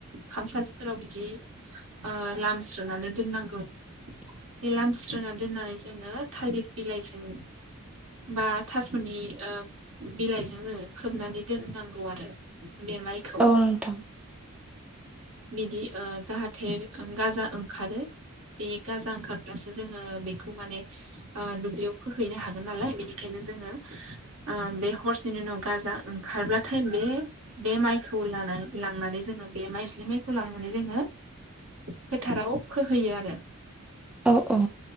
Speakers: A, on the right; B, in the centre.
A: खामसालिफोराव बिदि ओ लामस्रोनानै दोननांगौ।
B: <inaudible>
A: बेलामस्रोनानै दोननानै जोङो थालिर बिलाइजों बा थास'नि बिलाइजों खोबनानै दोननांगौ आरो बे माइखौ
B: औ नोंथां
A: बिदि ओ जाहाथे गाजा ओंखारो। बे गाजा ओंखारब्लासो जोङो बेखौ माने ओ दुब्लियाव फोहैनो हागोननालाय बिदिखायनो जोङो ओ बे हरसेनि उनाव गाजा ओंखारब्लाथाय बे बे माइखौ लांनानै जोङो बे माइज्लि माइखौ लांनानै जोङो फोथाराव फोहैयो आरो।
B: औ औ